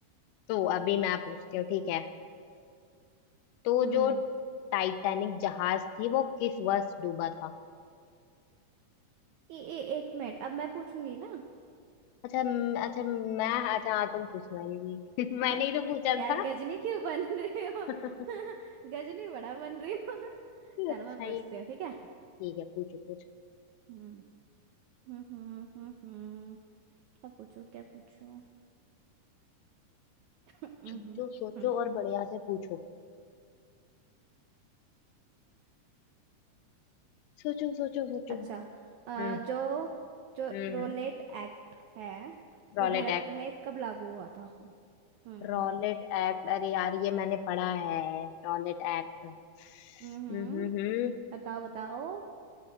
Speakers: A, on the left (about 90°); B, on the right (about 80°).
A: तो अभी मैं पूछती हूँ ठीक है तो
B: हम्म
A: जो टाइटैनिक जहाज थी वो किस वर्ष डूबा था
B: ए, ए, एक मिनट अब मैं पूछूंगी ना
A: अच्छा म- अच्छा मैं अच्छा हाँ तुम पूछने वाली थी <laughs>
B: <laughs>
A: मैंने ही तो पूछा
B: यार
A: था
B: गजनी क्यों बन रही हो
A: <laughs>
B: <laughs> गजनी बड़ा बन रही हो <laughs> चलो
A: अच्छा
B: मैं पूछती
A: ही
B: हूँ ठीक है
A: ठीक है पूछो पूछो
B: हम्म हम्म हम्म हम्म हम्म, क्या पूछूं क्या पूछूं <laughs> हम्म
A: सोचो
B: हम्म,
A: सोचो
B: हम्म,
A: और बढ़िया से पूछो सोचो सोचो सोचो
B: अच्छा
A: हम्म
B: अ, जो जो
A: हम्म
B: रोलेट एक्ट है
A: Rowlatt
B: वो भारत
A: act
B: में कब लागू हुआ था हम्म
A: रॉलेट एक्ट अरे यार ये मैंने पढ़ा है रॉलेट एक्ट
B: हम्म
A: हम्म हम्म
B: बताओ बताओ